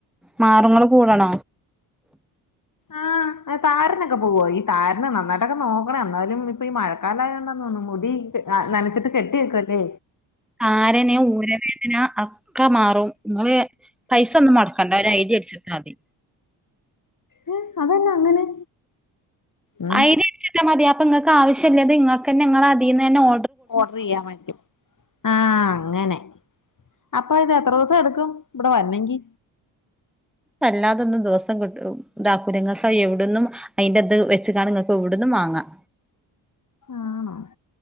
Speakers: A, in the centre; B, on the left.
A: മാറുങ്ങള് കൂടണോ?
B: ആഹ് താരനൊക്കെ പോവോ ഈ താരനെ നന്നായിട്ടൊക്കെ നോക്കണേ എന്നാലും ഇപ്പൊ ഈ മഴ ക്കാലായോണ്ട തോന്നുന്നു മുടി നനച്ചിട്ട് കെട്ടിയേക്കല്ല?
A: താരന് ഊരവേദന ഒക്കെ മാറും നിങ്ങള് പൈസ ഒന്നും മൊടക്കണ്ട ഒരു ഐഡി അടിച്ചിട്ട മതി
B: ഉം അതന്ന അങ്ങനെ? ഉം
A: ഐഡ അടിച്ചിട്ടാ മതി അപ്പൊ നിങ്ങൾക്ക് ആവഷിയല്ലത് ഇങ്ങൾക്ക് തന്നെ നിങ്ങള അയിന്ന് തന്നെഓ
B: ഓർഡർ ചെയ്യാൻ വേറ്റും ആഹ് അങ്ങനെ അപ്പൊ ഇത് എത്ര ദിവസം എടുക്കും ഇവിടെ വരെണേങ്കി
A: വല്ലാതൊന്നും ദിവസം കിട്ട ഇതാക്കൂലങ്ങക്ക എവിടന്നും അതിന്റെ അത് വെച്ചാണ് നിങ്ങൾക്ക് ഇവിടെന്ന് വാങ്ങാം
B: ആണോ